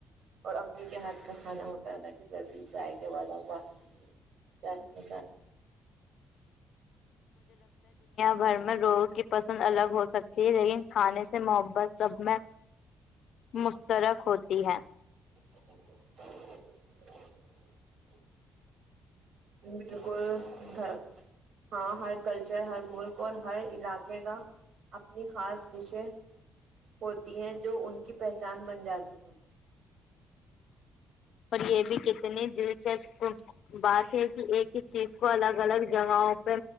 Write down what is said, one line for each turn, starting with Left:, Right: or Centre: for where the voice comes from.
Right: اور کے ہاتھ کا کھا ہوتا لاک بس یہ چائے کے والا ہواائے
Left: گھر میں لوگوں کی پسند الگ ہو سکتی ہے لیکن کھانے سے محبت سب میں مستترک ہوتی ہے
Right: <inaudible> بالکلھر ہاں ہر کلچر ہر ملک اور ہر علاقے کا اپنی خاص ڈشیں ہوتی ہیں جو ان کی پہچان بن جاتی ہیں
Left: اور یہ بھی کتنی دلچسپ بات ہے کہ ایک ہی چیز کو الگ الگ جگہوں پہ